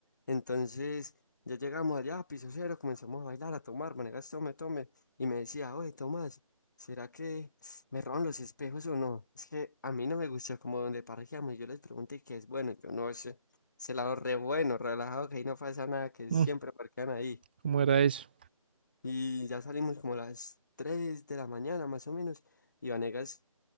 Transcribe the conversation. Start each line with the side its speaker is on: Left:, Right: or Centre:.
Left: Entonces ya llegamos allá a piso cero, comenzamos a bailar, a tomar, maneras tome, tome. Y me decía, oye, Tomás, ¿será que me roban los espejos o no? Es que a mí no me gusta como donde parqueamos. Yo les pregunté qué es bueno, yo no sé. Celador re bueno, relajado, que ahí no pasa nada, que
Right: Mm,
Left: siempre parquean ahí.
Right: ¿Cómo era eso?
Left: Y ya salimos como a las 3 de la mañana más o menos. Y Vanegas